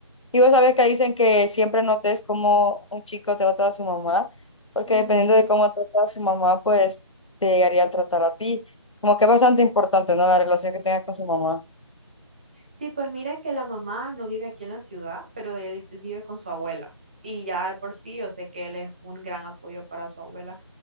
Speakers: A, on the left; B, on the right.
A: Y vos sabés que dicen que siempre notes cómo un chico trata a su mamá, porque
B: Ujú.
A: dependiendo de cómo trata a su mamá, pues te llegaría a tratar a ti. Como que es bastante importante, ¿no? La relación que tengas con su mamá.
B: Sí, pues mira que la mamá no vive aquí en la ciudad, pero él vive con su abuela. Y ya de por sí, yo sé que él es un gran apoyo para su abuela.